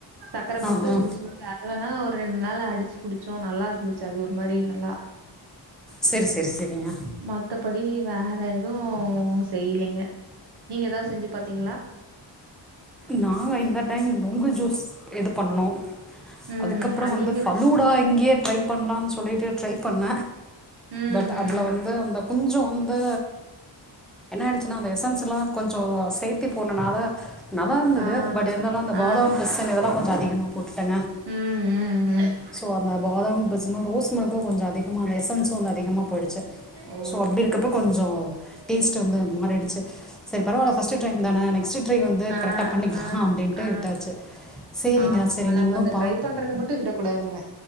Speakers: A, on the right; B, in the centre.
A: சக்கரை
B: ஆ
A: போட்டு
B: ஆ
A: ஜூஸ் மாரி அது வேணா ஒரு ரெண்டு நாள் அடிச்சு குடிச்சோ நல்லா இருந்துச்சு அது ஒரு மாரி நல்லா
B: சரி சரி சரிங்க
A: மத்தபடி வேற எதுவு செய்யலிங்க நீங்க எதாவது செஞ்சி பாத்தீங்ளா
B: நா இந்த டைம் நொங்கு ஜூஸ் இது பண்ணணு
A: ம்
B: அதுக்கப்ற
A: அ
B: வந்து
A: நீங்க
B: ஃபலூடா
A: எப்படி செ-
B: இங்கயே ட்ரை பண்ணலான் சொல்லிட்டு ட்ரை பண்ண
A: ம்
B: பட் அதுல
A: ம்
B: வந்து அந்த கொஞ்சோ வ அப்போ என்ன ஆய்டுச்சுன்னா அந்த எசன்ஸ்லா கொஞ்சோ சேர்த்தி போனனால நல்லா இருந்துது
A: ஆ
B: பட் இருந்தாலு அந்த
A: ஆ
B: பாதம் பிசின் இதெல்லா கொஞ்சோ அதிகமா போட்டுட்டனா
A: ம் ம் ம்
B: சோ அந்த பாதாம் பிசினு ரோஸ் மில்கு கொஞ்சோ அதிக நம்மால் எசன்ஸ் வந்து அதிகமா போய்டுச்சு
A: ஓ
B: ஸோ அப்டி இருக்கப்போ கொஞ்சோ டேஸ்ட் வந்து மாரிடுச்சு செரி பரவால்ல
A: சரி
B: ஃபர்ஸ்டு டைம்
A: சரி
B: தான நெக்ஸ்டு ட்ரை வந்து
A: ஆ
B: கரெக்டா பண்ணிக்கலா
A: ஆ
B: அப்டின்ட்டு
A: ஆ
B: விட்டாச்சு சரிங்க
A: ஆமா
B: சரி
A: நம்ம
B: நீங்களும்
A: அந்த ட்ரை பண்றத மட்டு விட கூடாதுங்க